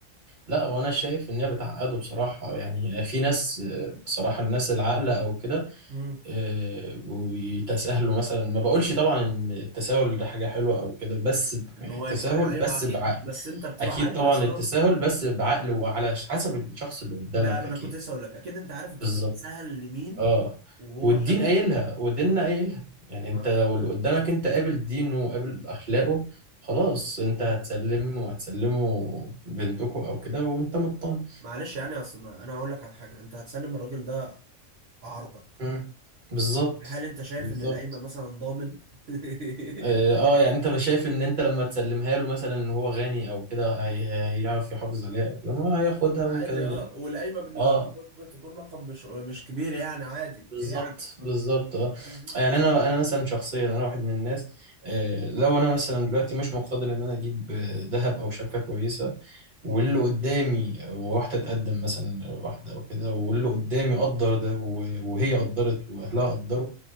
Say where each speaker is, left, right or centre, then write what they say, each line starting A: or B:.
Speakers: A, on the right; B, on the right.
A: لا وانا شايف ان هي بتعقده بصراحه يعني في ناس آه، بصراحه الناس العاقله او كده
B: امم
A: آه، وبيتساهلوا مثلا ما بقولش طبعا ان التساهل ده حاجه حلوه او كده بس ب-
B: ان
A: التساهل
B: هو يف... ايوه
A: بس
B: اكيد
A: بعقل
B: بس انت بتبقى
A: اكيد
B: عارف
A: طبعا
B: يا اسطى
A: التساهل بس بعقل وعلى حسب الشخص اللي قدامك
B: بقى انا
A: اكيد
B: كنت لسه اقول لك اكيد انت عارف انت
A: بالظبط
B: بتتسهل لمين
A: اه
B: وهو
A: والدين
B: شق
A: قايلها
B: اه
A: وديننا
B: اه
A: قايلها يعني انت
B: آه.
A: لو اللي قدامك انت قابل دينه وقابل اخلاقه خلاص انت
B: مم.
A: هتسلم وهتسلمه بنتكو او كده وانت مطمن
B: معلش يعني اصل ما انا هقول لك على حاجه انت هتسلم الراجل ده عارضه
A: آه، بالظبط
B: هل انت شايف
A: بالظبط
B: ان القايمه مثلا ضامن <laughs>
A: اه آه، يعني انت شايف ان انت لما تسلمها له مثلا ان هو غني او كده هي- هي- هيعرف يحافظ عليها او كده ما هياخدها
B: عادي
A: ممكن
B: اه والقايمه بالنسبه
A: اه
B: لي ممكن تكون رقم مش مش كبير يعني عادي
A: بالظبط
B: يعني
A: بالظبط اه
B: <laughs>
A: يعني انا انا مثلا شخصيا انا واحد من الناس آه، لو انا مثلا دلوقتي مش مقتدر ان انا اجيب آه، ذهب او شبكه كويسه واللي
B: مم.
A: قدامي واحده تقدم مثلا واحده او كده واللي قدامي قدر ده و- وهي قدرت واهلها قدروا